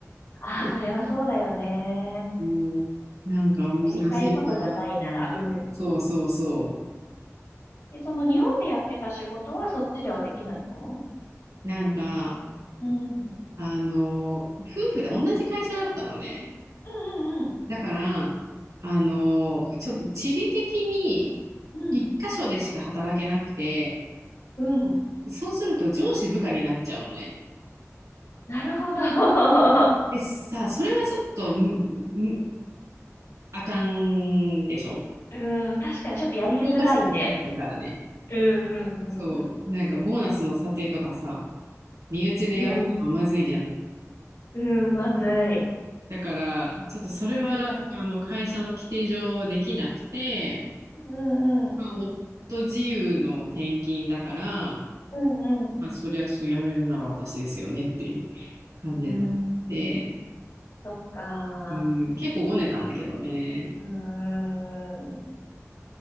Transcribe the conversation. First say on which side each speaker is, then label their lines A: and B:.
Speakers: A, on the left; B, on the right.
A: ああ、それはそうだよね。
B: もうなんか難しいなって思って。
A: やりたいことじゃないなら、うんうん。
B: そうそうそ
A: え、その日本でやってた仕事はそっちではできないの
B: う。なんか、
A: うん。
B: あの、夫婦で同じ会社だったのね。
A: うんうん
B: だから、あの、ちょっと地理的に一箇所でしか働けなくて、
A: うん。うん。うん。
B: そうすると上司部下になっちゃうのね。
A: なるほど。<laughs>
B: でさ、それはちょっと、んんあかんでしょ
A: うん。確かにちょっとやりづらいね。
B: 評価者になっちゃうからね。
A: うんう
B: そう。
A: んうん。
B: なんかボーナスの査定とかさ、身内でやるのはまずいじゃん。
A: うん。うん。まずい。
B: だから、ちょっとそれは、
A: うん
B: あの、会社の規定上できなくて、
A: うん。うんうん。
B: まあ、夫自由の転勤だから、
A: うんうん。
B: まあ、そりゃちょっと辞めるなら私ですよねっていう感じになって、
A: うん。そっか。
B: うん、結構ごねたんだけどね。
A: うん。